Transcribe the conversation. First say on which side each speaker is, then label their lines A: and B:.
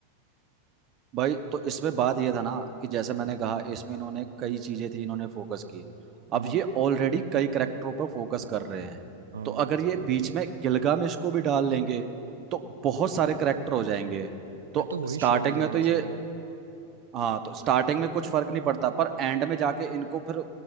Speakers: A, on the right; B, on the right.
A: भाई तो इसमें बात यह था ना कि जैसे मैंने कहा इसमें इन्होंने कई चीजें थी इन्होंने फोकस की अब
B: हम्म
A: ये ऑलरेडी कई करेक्टरों पर फोकस कर रहे हैं
B: हाँ
A: तो अगर ये बीच में गिलगामेश को भी डाल लेंगे तो बहुत सारे करेक्टर हो जाएंगे तो
B: फिर तो वही
A: स्टार्टिंग
B: शो ले जाएगा
A: में तो ये
B: सारा
A: हाँ तो स्टार्टिंग में कुछ फर्क नहीं पड़ता पर एंड में जाके इनको फिर